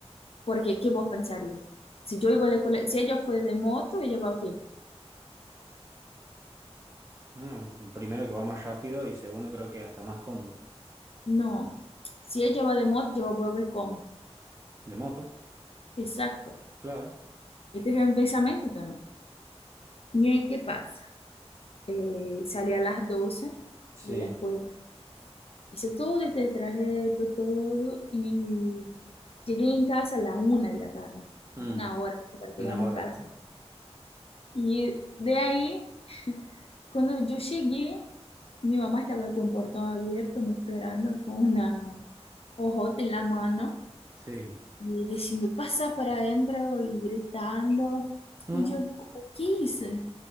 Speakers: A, on the left; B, on the right.
A: Porque, ¿qué vos pensarías? Si yo iba de cole- si ella fue de moto, ella va qué?
B: Mm, primero que va más rápido y segundo creo que hasta más cómodo.
A: No. Si ella va de moto, yo voy a volver cómo.
B: De moto,
A: Exacto.
B: claro.
A: Este fue mi pensamiento también. Y ahí, ¿qué pasa? Eh, salí a las 12
B: Sí.
A: de la escuela. Hice todo este trayecto, todo, y llegué en casa a la una de la tarde.
B: Mm,
A: Una hora, así, para llegar
B: una
A: a mi
B: hora,
A: casa.
B: ¿no?
A: Y de ahí Cuando yo llegué, mi mamá estaba con portón abierto, me esperando con una ojote en la mano
B: Sí.
A: y diciendo, pasa para adentro y gritando.
B: Mm,
A: Y yo, como, ¿qué hice?